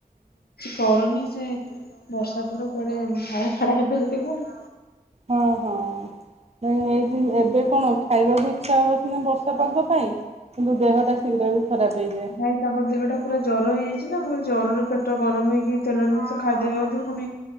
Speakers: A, on the left; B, on the right.
A: କରନି ସେ ବର୍ଷା ଦିନ କୁଆଡେ ଧାଡା ଫାଡା ହେବେ ଯଦି ପୁଣି
B: ହଁ ହଁ ନାଇଁ ଏଇ ଦିନ ଏବେ କଣ ଖାଇବାକୁ ଇଚ୍ଛା ହବ ସିନା ବର୍ଷା ପାଗ ପାଇଁ। କିନ୍ତୁ ଦେହଟା ଶୀଘ୍ର ବି ଖରାପ ହେଇଯାଏ
A: ଭାଇ ତାଙ୍କ ଦେହଟା ପୁରା ଜର ହେଇଯାଇ କିଛିନା ମୁଁ କହିଲି ଜରରେ ପେଟ ଗରମ ହେଇକି ତେଲ ଜିନିଷ ଖାଇଦେଲି ବୋଧେ ପୁଣି